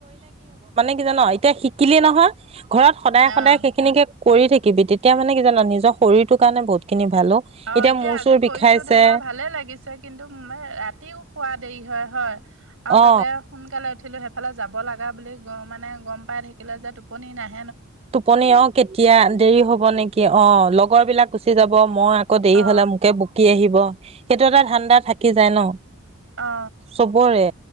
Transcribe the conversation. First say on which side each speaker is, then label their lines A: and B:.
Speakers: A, on the right; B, on the right.
A: ান আ তেতিয়া শিকিলেই নহয় ঘৰত সদায় সদায়
B: অ
A: সেইখিনিকে কৰি থাকিবি তেতিয়া মানে কি জান নিজৰ শৰীৰটোৰ কাৰণে বহুত খিনি ভাল
B: অ এতিয়া
A: মূৰ
B: আজি
A: চুৰ
B: কৈছো
A: বিষাইছে
B: ধৰি লোৱা ভালে লাগিছে কিন্তু ৰাতিও খোৱাদ দেই হয় হয় আৰু
A: অ
B: তাতে সোনকালে ছিলো সেইফালে যাব লগা বুলি মানে গম পাই থাকিলে যে টোপনি নাহ
A: টোপনি অ কেতিয়া দেৰি হব নেকি অ অ লগৰ বিলাক গুচি যাব হ মই আকৌ দেৰি
B: অ
A: হলে মোকে বুকি আহিব সেইটো এটা ধান্দা থাকি যায় ন
B: অ
A: চবৰে